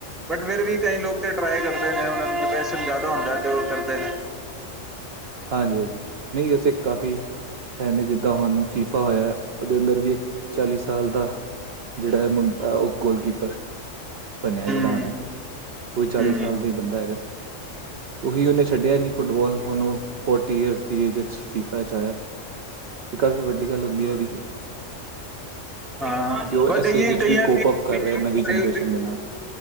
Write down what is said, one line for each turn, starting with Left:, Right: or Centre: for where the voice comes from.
Centre: ।ਬਟ ਫਿਰ ਵੀ ਕਈ ਲੋਕ ਕਰਦੇ ਨੇ ਉਹਨਾਂ ਨੂੰ ਡਿਪਰੈਸ਼ਨ ਜ਼ਿਆਦਾ ਹੁੰਦਾ ਜੋ ਕਰਦੇ ਨੇ।
Right: ਹਾਂਜੀ-ਹਾਂਜੀ, ਨਹੀਂ ਵੈਸੇ ਕਾਫ਼ੀ ਹੈ ਨੇ ਜਿੱਦਾਂ ਹੁਣ ਫੀਫਾ ਹੋਇਆ ਉਹਦੇ ਅੰਦਰ ਵੀ ਇੱਕ ਚਾਲੀ ਸਾਲ ਦਾ ਜਿਹੜਾ ਹੈ ਮੁੰਡਾ ਉਹ ਗੋਲਕੀਪਰ ਬਣਿਆ
Centre: ਹੂੰ
Right: ਜਿਹੜਾ ਉਹਨੇ ਕੋਈ ਚਾਲੀ
Centre: ਹੂੰ
Right: ਸਾਲ ਦਾ ਹੀ ਬੰਦਾ ਹੈਗਾ। ਉਹੀ ਉਹਨੇ ਛੱਡਿਆ ਨੀ ਫੁੱਟਬਾਲ ਹੁਣ ਉਹ ਫੋਰਟੀ ਈਅਰਸ ਦੀ ਏਜ ਫੀਫਾ ਚ ਆਇਆ ਤੇ ਕਾਫ਼ੀ ਵੱਡੀ ਗੱਲ ਹੁੰਦੀ ਹੈ ਵੀ।
Centre: ਹਾਂ,
Right: ਉਹ
Centre: ਪਰ
Right: ਇਸ
Centre: ਕਈ
Right: ਏਜ ਵਿੱਚ
Centre: ਕਈਆਂ
Right: ਵੀ ਕੋਪ ਅਪ ਕਰ
Centre: ਬਲ
Right: ਰਿਹਾ ਨਵੀਂ ਜਨਰੇਸ਼ਨ ਦੇ ਨਾਲ